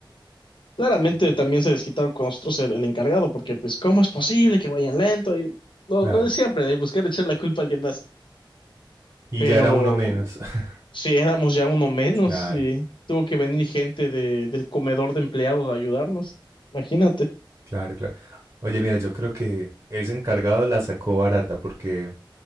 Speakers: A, on the left (about 65°); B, on the right (about 45°).
A: Claramente también se desquitaron con nosotros el, el encargado porque pues ¿cómo es posible que vayan lento? Y lo,
B: claro.
A: lo de siempre, de buscar echar la culpa a alguien más.
B: Y
A: pero
B: ya era uno menos. <laughs>
A: si éramos ya uno menos
B: Claro,
A: y tuvo que venir gente de, del comedor de empleados a ayudarnos. Imagínate.
B: claro, claro. Oye, mira, yo creo que ese encargado la sacó barata porque